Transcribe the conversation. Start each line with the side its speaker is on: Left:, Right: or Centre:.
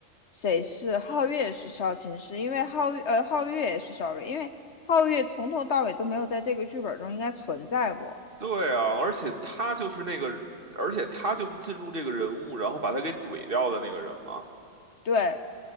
Left: 谁是皓月是萧琴师，是因为皓月呃皓月也是萧睿，因为皓月从头到尾都没有在这个剧本中应该存在过。
Right: 对啊，而且他就是那个，而且他就是进入这个人物，然后把他给怼掉的那个人嘛。
Left: 对，